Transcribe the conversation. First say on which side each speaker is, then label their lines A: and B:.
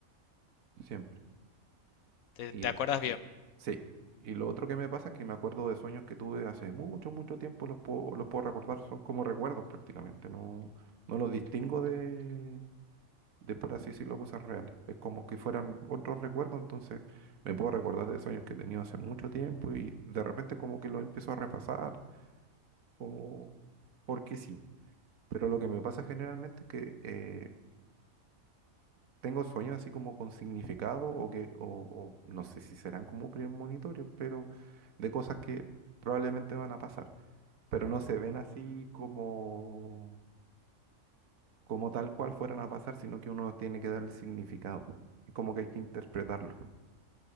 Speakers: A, on the right; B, on the left.
A: siempre.
B: ¿Te,
A: Y
B: te acuerdas bien?
A: sí, y lo otro que me pasa es que me acuerdo de sueños que tuve hace mucho, mucho tiempo, los puedo, los puedo recordar, son como recuerdos prácticamente, no, no los distingo de, de, por así decirlo, cosas reales. Es como que fueran otros recuerdos, entonces me puedo recordar de sueños que he tenido hace mucho tiempo y de repente como que los empiezo a repasar, como porque sí. Pero lo que me pasa generalmente es que... eh, tengo sueños así como con significado o que, o, o no sé si serán como premonitorios, pero de cosas que probablemente van a pasar. Pero no se ven así como, como tal cual fueran a pasar, sino que uno tiene que darle significado. Es como que hay que interpretarlo.